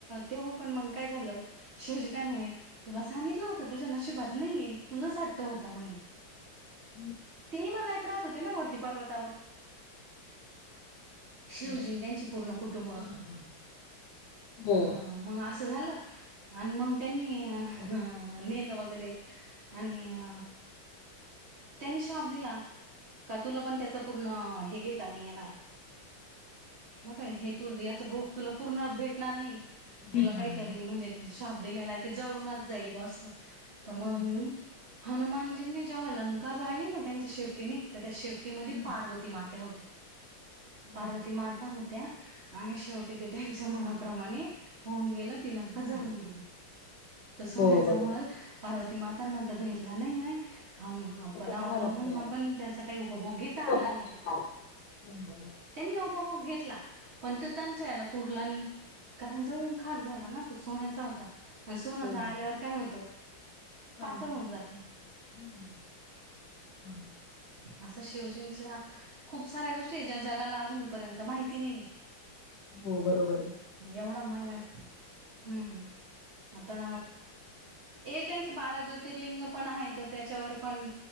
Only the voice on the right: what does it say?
तेव्हा पण मंग काय झालं शिवजी काय म्हणे तुला सांगितलं होतं तुझ्या नशिबात नाहीये तुझाच हट्ट होता म्हणे.
ते हिमालयात राहत होते ना वरती पर्वतावर. शिवजी
न त्यांचे पूर्ण कुटुंब
हा मग असं झालं. आण मग त्यांनी
हं नेलं वगैरे आणि अ त्यांनी शाप दिला का तुला पण त्याच पूर्ण हे घेता नाही येणार म काय हे तू याच भोग तुला पूर्ण भेटणार नाही
तुला काहीतरी
म्हणजे शाप दिलेला आहे ते जळूनच जाईल बा स तर
मंग हनुमानजींनी जेव्हा लंका जाळली ना त्यांच्या शेपटीने तर त्या शेपटीमध्ये
पार्वती ती मात्या होत्या. पार्वती
माता होत्या आणि शेवटी ते त्यांच्या मनाप्रमाणे होऊन गेलं ति लंका जळून
गेली
तर सोन्याचा
महल पार्वती मातांना तर भेटला नाही नाही हान प
रावणणांना
पण त्याचा काही उपभोग घेता
आला नाही.
नी उपभोग घेतला पण तो त्यांच्या याला पुरला नाही कारण जळून खाक झाला ना. तो सोन्याचा होता आण सोन
जाळल्यावर काय होतं?
पातळ होऊन जात अस शिवजींच्या खूप साऱ्या गोष्टी आहे ज्या जगाला अजूनपर्यंत माहिती नाहिय.
एवढा महिना हम्म हम्म आता ये त्यांच बारा ज्योतिर्लिंग पण आहेत त्याच्यावर पण